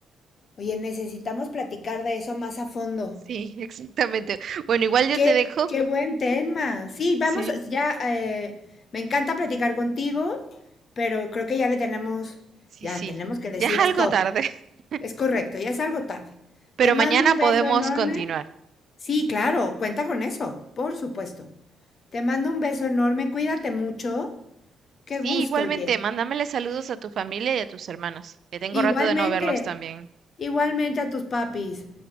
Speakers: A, on the left; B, on the right.
A: Oye, necesitamos platicar de eso más a fondo.
B: Sí, <laughs> exactamente. Bueno, igual yo
A: Qué,
B: te dejo.
A: qué buen tema. Sí,
B: Sí,
A: vamos, ya eh, me encanta platicar contigo, pero creo que ya le tenemos,
B: sí,
A: ya
B: sí.
A: tenemos que decir
B: Ya es algo
A: stop.
B: tarde, <laughs>
A: Es correcto, ya es algo tarde.
B: pero
A: Te mando
B: mañana
A: un
B: podemos
A: beso enorme.
B: continuar.
A: Sí, claro, cuenta con eso, por supuesto. Te mando un beso enorme, cuídate mucho. Qué
B: Sí,
A: gusto,
B: igualmente,
A: oye.
B: mándamele saludos a tu familia y a tus hermanos, que tengo rato
A: Igualmente,
B: de no verlos también.
A: igualmente a tus papis.